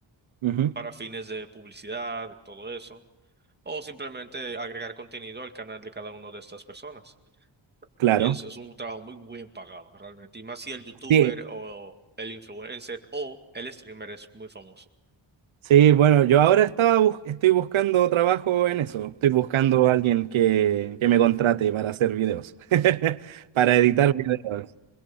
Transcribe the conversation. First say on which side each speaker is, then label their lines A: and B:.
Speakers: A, on the right; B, on the right.
A: Ujú,
B: para fines de publicidad y todo eso, o simplemente agregar contenido al canal de cada una de estas personas.
A: Claro.
B: Y eso es un trabajo muy bien pagado, realmente. Y más si el youtuber
A: Sí,
B: o el influencer o el streamer es muy famoso.
A: sí, bueno, yo ahora estaba bus- estoy buscando trabajo en eso. Estoy buscando a alguien que, que me contrate para hacer videos, <laughs> para editar videos.